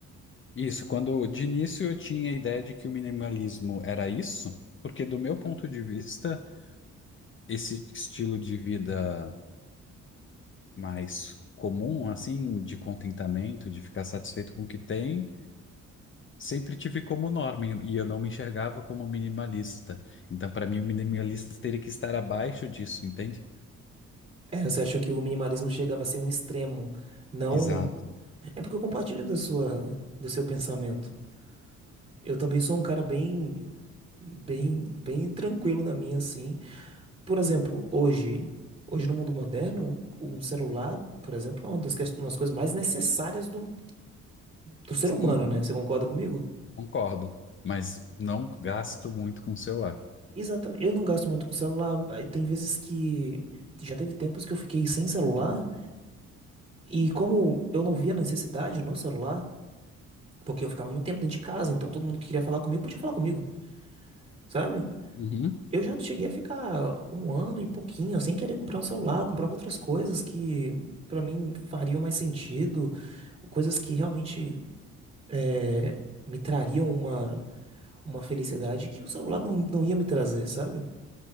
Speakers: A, on the left; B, on the right.
A: Isso, quando de início eu tinha a ideia de que o minimalismo era isso, porque do meu ponto de vista, esse estilo de vida mais comum, assim, de contentamento, de ficar satisfeito com o que tem, sempre tive como norma e e eu não me enxergava como minimalista. Então, para mim, o minimalista teria que estar abaixo disso, entende?
B: É, você achou que o minimalismo chegava a ser um extremo. Não,
A: Exato.
B: é porque eu compartilho da sua, do seu pensamento. Eu também sou um cara bem, bem, bem tranquilo na minha, assim. Por exemplo, hoje, hoje no mundo moderno, um celular, por exemplo, é uma das ques- umas coisas mais necessárias do, do ser humano,
A: Uhum,
B: né? Você concorda comigo?
A: Concordo, mas não gasto muito com o celular.
B: Exatamente. Eu não gasto muito com celular. aí Tem vezes que já teve tempos que eu fiquei sem celular e como eu não via necessidade no celular, porque eu ficava muito tempo dentro de casa, então todo mundo que queria falar comigo podia falar comigo, sabe?
A: Uhum.
B: Eu já cheguei a ficar um ano e pouquinho sem querer comprar um celular, eu comprava outras coisas que pra mim fariam mais sentido, coisas que realmente eh, me trariam uma, uma felicidade que o celular não, não ia me trazer, sabe?